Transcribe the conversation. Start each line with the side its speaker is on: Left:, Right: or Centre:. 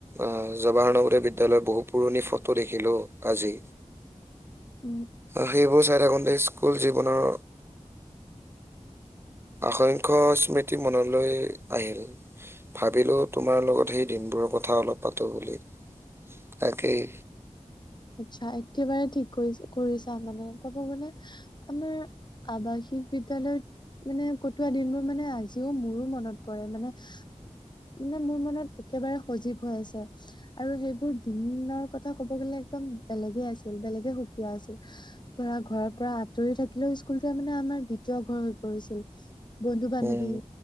Right: আহ জৱাহৰনগৰৱ বিদ্যালয়ৰ বহুত পুৰণি ফটো দেখিলো আজি
Left: <inaudible>
Right: সেইবোৰ চাই থাকোঁতে স্কুল জীৱনৰ অসংখ্য স্মৃতি মনলৈ আহিল ভাবিলোঁ তোমাৰ লগত সেই দিনবোৰৰ কথা অলপ পাতো বুলি তাকেই
Left: আচ্ছা একেবাৰে ঠিক কৰি কৰিছা মানে ক'ব গলে আমাৰ আৱাসিক বিদ্যয়ালয়ত মানে কটোৱা দিনবোৰ মানে আজিও মোৰো মনত পৰে মানে মানে মোৰ মনত একেবাৰে সজীৱ হৈ আছে আৰু সেইবোৰ দিনৰ কথা ক'ব গ'লে একদম বেলেগে আছিল বেলেগে সুকীয়া আছিল ধৰা ঘৰৰ পৰা আঁতৰি থাকিলেও স্কুলটোৱে মানে আমাৰ দ্বিতীয় ঘৰ হৈ পৰিছিল বন্ধু বান্ধৱী
Right: উম।